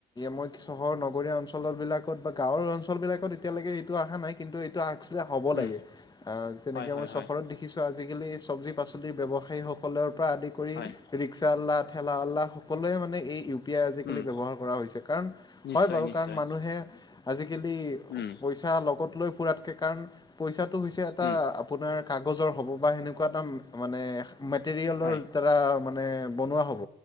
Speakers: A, on the left; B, on the left.
A: মই চহৰ নগৰীয়া অঞ্চল বিলাকত বা গাঁৱৰ অঞ্চল বিলাকত এতিয়ালৈকে এইটো আশা কিন্তু এই আ হব
B: উম
A: লাগে যেনেকে
B: হয় হয়
A: মই
B: হয়
A: চহৰত দেখিছো আজিকালি চব্জি পাচলিৰ ব্যৱসায়ীসকলৰ পৰা আদি কৰি
B: হয়
A: লাহল্লাহ সকলোৱে মানে ই <unintelligible> উ পি আই আজিকালি
B: উম
A: ব্যৱহাৰ কৰা হৈছে কাৰণ
B: নিশ্চয়
A: হয় বাৰু
B: নিশ্চয়
A: কাৰণ মানুহে আজিকি
B: উম
A: পইচা লগত লৈ ফুৰাতকৈ কাৰণ পইচা <unintelligible> টো হৈছে এটা
B: উম
A: আপোনাৰ কাগজৰ হ'ব বা সেনেকুৱা এটা মানে মেটেৰিয়েলৰ
B: হয়
A: দ্বাৰা মানে বনোৱা হ'ব